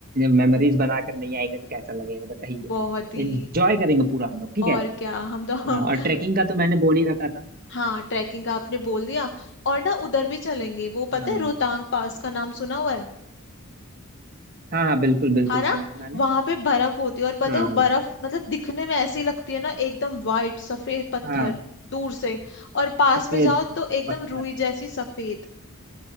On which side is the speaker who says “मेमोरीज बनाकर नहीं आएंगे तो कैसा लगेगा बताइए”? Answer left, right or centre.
Right